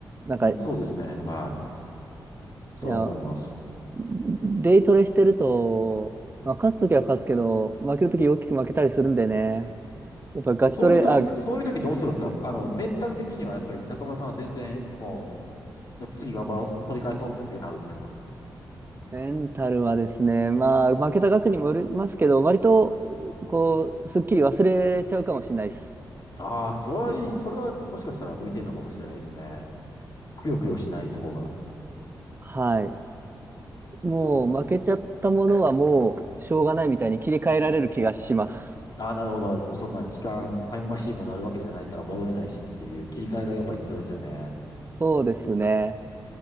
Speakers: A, on the right; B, on the left.
A: なんか、
B: うん、
A: い
B: そうですね。はい。それは思います。
A: や、デイトレしてると、まあ、勝つときは勝つけど、負けるとき大きく負けたりするんでね。やっぱガチトレ、
B: そういう時、
A: あ、
B: そういう時どうするんですかあの、メンタル的にはやっぱり中村さんは全然もう、もう次頑張ろう、取り返そうってなるんですか
A: メンタルはですね、まあ、負けた額にもよりますけど、割と、こう、すっきり忘れちゃうかもしれないです。
B: ああー、それはいい、それはもしかしたら向いてるのかもしれないですね。くよくよしない方が。
A: はい。もう、
B: そうなんですね。
A: 負けちゃったものはもう、しょうがないみたいに切り替えられる気がします。
B: ああ、なるほど。そんな時間、タイムマシーンもなるわけじゃないから戻れないしっていう切り替えがやっぱり必要ですよね。
A: そうですね。